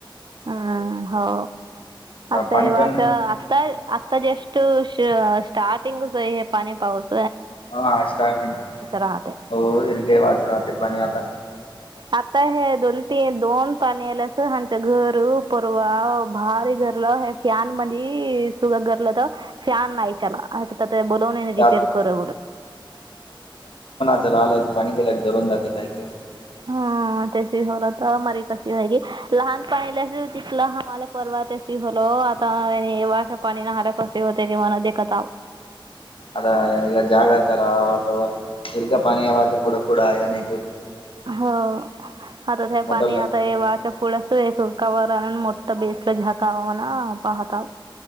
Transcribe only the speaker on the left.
पाणी
पण
हा स्टार्टिंग
हो हिरगे वाच राहते पाणी आता.
त्यात
रालाय पाणी गेल्या जरून जाते काही की
आता जागा तरा अथवा इरीला पाणी यावंच पुूड पूड अन एक
मोटरला